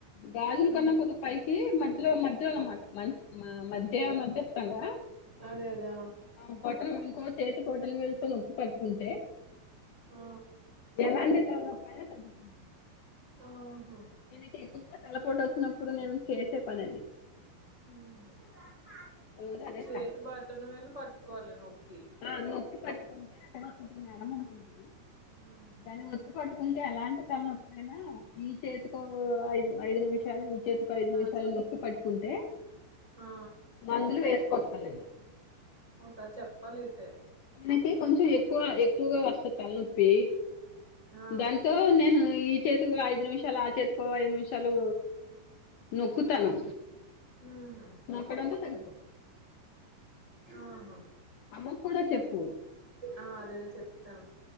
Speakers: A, on the left (about 80°); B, on the right (about 15°).
A: గాజులు
B: ఉమ్
A: కన్నా కొద్దిగ పైకి మధ్యలో మధ్యలో అన్నమాట మంచి ఆ మధ్య మధ్యస్థంగా
B: అదే అదే
A: ఆ బొటనవేలు చేతి బొటనవేలు తో నొక్కి పట్టుకుంటే
B: ఆ
A: ఎలాంటి తలనొప్పైనా తగ్గిపోతుంది
B: ఆహా
A: నేనింక ఎక్కువగా తలపోటొచ్చినప్పుడు నేను చేసే పనది
B: ఉమ్ హు
A: రోజు అదే
B: చేతి
A: చేస్తాను
B: బొటనవేలును పట్టుకోవాలి నొక్కి
A: ఆ నొక్కి పట్టుకుంటే అక్కడ ఒక నరం ఉంటుంది
B: ఆ
A: దాన్ని ఒత్తిపట్టుకుంటే ఎలాంటి తలనొప్పయినా ఈ చేతికో ఐదు ఐదు నిమిషాలు ఈ చేతిక్ ఒక ఐదు నిమిషాలు
B: ఆ చేదు
A: నొక్కి పట్టుకుంటే
B: ఆ
A: మందులు వేసుకోక్కర్లేదు
B: ఓసారి చెప్పాలైతే
A: మనకి కొంచెం ఎక్కువ ఎక్కువగా వస్తది తలనొప్పి
B: ఆ
A: దాంతో నేను ఈ చేతికు ఐదు నిమిషాలు ఆ చేతికో ఐదు నిమిషాలు నొక్కుతాను
B: ఉహు
A: నొక్కడంతో తగ్గిపోతుంది
B: ఆహా
A: అమ్మక్కూడా చెప్పు
B: ఆ అదదే చెప్తాను